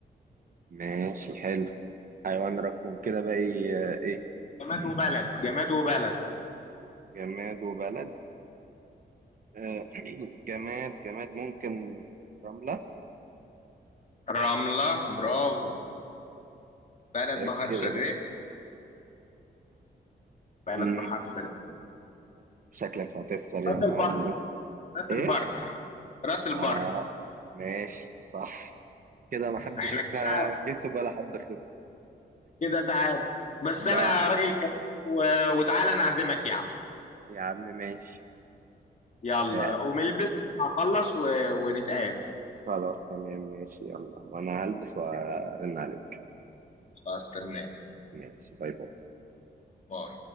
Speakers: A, on the right; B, on the left.
A: ماشي حلو حيوان ركون كده بقى إيه إيه؟
B: جماد وبلد جماد وبلد
A: جماد وبلد آه، <clears throat> جماد جماد ممكن رملة
B: رملة برافو بلد
A: ده
B: بحرف
A: كده
B: الر
A: بقى
B: بلد
A: مم،
B: بحرف ال-
A: شكلك هتخسر يا
B: راس
A: معلم
B: البر راس
A: إيه؟
B: البر راس البر
A: آه ماشي صح كده محدش
B: احنا كده
A: فينا
B: كده
A: كسب ولا حد خسر
B: كده تعادل بس
A: بقى
B: انا راجل كبير و... وتعالى انا اعزمك يا عم
A: يا عم ماشي
B: يلا
A: آه،
B: قوم البس هخلص و... ونتقابل
A: خلاص تمام ماشي يلا وأنا هلبس وأرن عليك
B: استناك
A: ماشي باي باي
B: باي